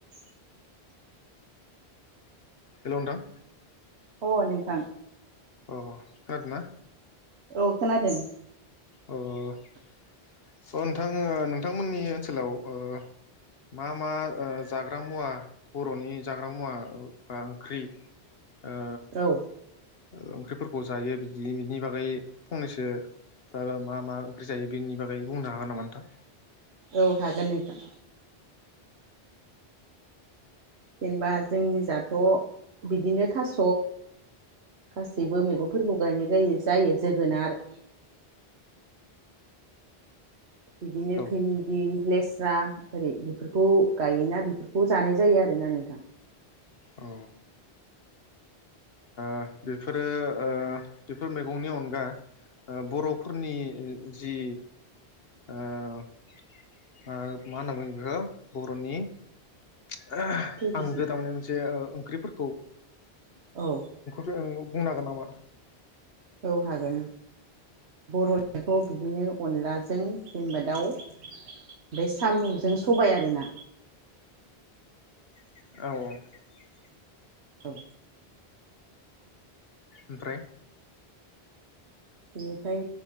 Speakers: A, on the right; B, on the left.
A: <unintelligible>
B: Hello नोंथां।
A: अ नोंथां।
B: अ खोनादोंना?
A: औ खोनादों।
B: अ अ नोंथां नोंथांमोननि ओनसोलाव ओ मा मा ओ जाग्रा मुवा बर'नि जाग्रा मुवा बा ओंख्रि ओ
A: औ।
B: ओ ओंख्रिफोरखौ जायो बिदि बिनि बागै फंनैसो बा मा मा ओंख्रि जायो बेनि बागै बुंनो हागोन नामा नोंथां?
A: औ हागोन नोंथां। जेनेबा जोंनि जाथ' बिदिनो थास' गासैबो मैगंफोरखौ गायनाय गायो जायो जोगोनार बिदिनो
B: औ
A: भिन्दि लेस स्रा ओरै बेफोरखौ गायोना बेफोरखौ जानाय जायो आरोना नोंथां।
B: औ ओ ओ बेफोरो ओ बेफोर मैगंनि अनगा ओ बर'फोरनि जि ओ ओ मा होनना बुङो बेखौ बर'नि <unintelligible>
A: ट्रेडिसनेल
B: आं गोदाव मोननाय मोनसे ओ ओंख्रिफोरख खौ
A: औ
B: नों बुंनो हागोन नामा?
A: औ हागोन बर'निखौ बिदिनो अनलाजों जेनबा दाउ ओमफ्राय सामुजों सबाय आरोना।
B: औ
A: औ
B: उमफ्राय
A: बेनिफ्राय